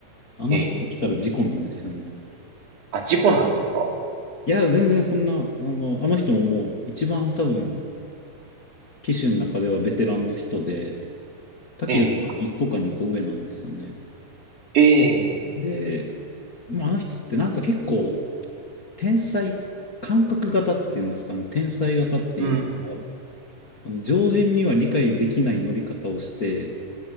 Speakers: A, on the left; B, on the right.
A: あの人が来たら事故なんですよね。
B: ええ。ええあ、事故なんですか
A: いや、全然そんな、あの、あの人ももう一番多分騎手の中ではベテランの人で、武豊の1個か2個上なんですよね。
B: ええ。ええ。
A: で、でもあの人ってなんか結構天才、感覚型っていうんですかね、天才型っていうのか、
B: うん。
A: あの常人には理解できない乗り方をして、